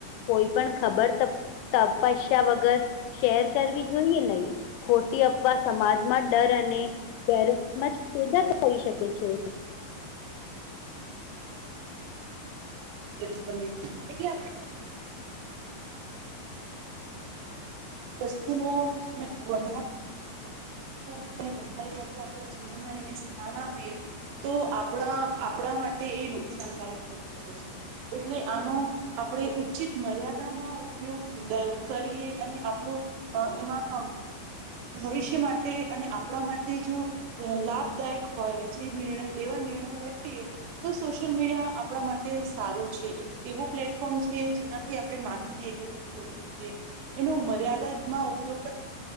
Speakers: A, on the left (about 85°); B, on the right (about 80°).
A: કોઈ પણ ખબર તપસ્યા વગર શેર કરવી જોઈએ નહી ખોટી અફવા સમાજમાં ડર અને ગેરસમજ પેદા કરી શકે છે.
B: કરીશ તમે એટલે આપણે વસ્તુ વધારે
A: હ <inaudible>
B: વધારે પડતું આપણા જીવનમાં એને સ્થાન આપીએ તો આપણા આપણા માટે એ નુકસાનકારક થઈ શકે છે એટલે આનો આપણે ઉચિત મર્યાદામા ઉપયોગ કરીએ અને આપણું એમાં ભવિષ્ય માટે માટે અને આપણા માટે જો લાભદાયક હોય, જે નિર્ણય એવા નિર્ણયો લઈ લએ તો સોશિયલ મીડિયા આપણા માટે સારુ છે એક એવો પ્લેટફોર્મ છે, જેનાથી આપણે માહિતી એકિત કરી શકી એનો મર્યાદામાં ઉપયોગ